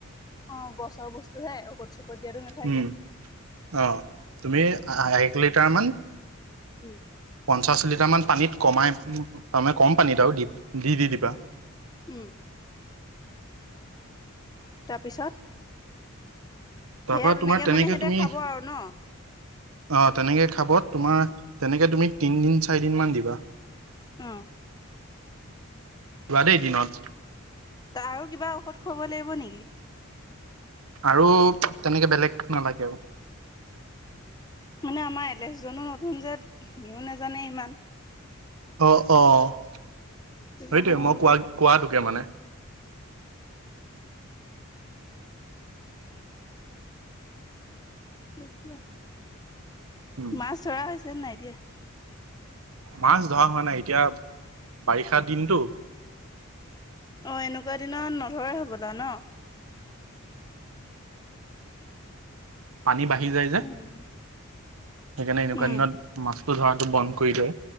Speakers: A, on the left; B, on the right.
A: অ'! গছৰ বস্তুহে, ঔষধ -সৌষদ দিয়াতো নাথাকে।
B: উম অ' তুমি এক লিটাৰমান
A: উ'ম।
B: পঞ্চাছ লিটাৰমান পানীত কমাই তাৰমানে কম পানীত আৰু দি দি দি দিবা।
A: উ'ম। তাৰপিছত? সেয়া
B: তাৰপৰা, তোমাৰ তেনেকে
A: মানে সিহঁতে
B: তুমি
A: খাব আৰু ন
B: অ'! তেনেকে খাব। তোমাৰ, তেনেকে তুমি তিনদিন, চাৰিদিন মান দিবা?
A: অ
B: যোৱাদেই দিনত?
A: তাৰ আৰু কিবা ঔষধ খুৱাব লাগিব নেকি?
B: আৰু তেনেকে, বেলেগ নালাগে আৰু।
A: মানে, আমাৰ এল এছজনো নতুন যে, সিও নেজানে ইমান।
B: অ' অ'!
A: সেই
B: সেইটোৱে
A: কাৰণে, মই বোলোঁ--অ'!
B: কোৱা কোৱাটোকে মানে
A: মাছ
B: উম,
A: ধৰা হৈছে নাই, এতিয়া?
B: মাছ ধৰা হোৱা নাই। এতিয়া, বাৰিষা দিনটো।
A: অ'! এনেকুৱা দিনত, নধৰে হ'বলা ন'?
B: পানী বাঢ়ি যায় যে।
A: উম,
B: সেইকাৰণে, এনেকুৱা
A: উম,
B: দিনত মাছ ধৰাটো বন্ধ কৰি দিয়ে।